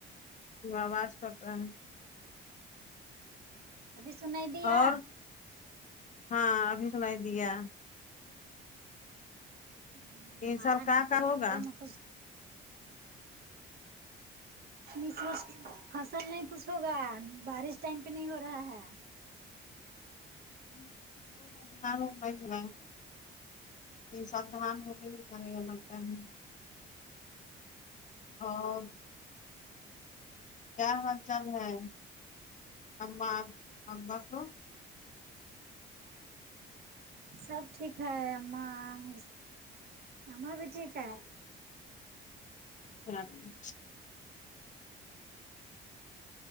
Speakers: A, on the left; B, on the right.
A: آواز کٹ رہا ہے
B: ابھی سنائی دیا
A: اور ہاں ابھی سنائی دیا
B: ہون
A: ان
B: باہر
A: سال کہاں
B: نکلئے
A: کا ہوگا
B: اندھرے میں کچھ <unintelligible> فصل نہیں کچھ ہوگا بارش ٹائم پہ نہیں ہو رہا ہے
A: ہ وہ تو <unintelligible> ت ساتھ دان ہو کے نہیں کرے گا لگتا ہے ہاں کیا حال چال ہے اما ابا کو
B: سب ٹھیک ہے اما س اما بھی ٹھیک ہے
A: <unintelligible>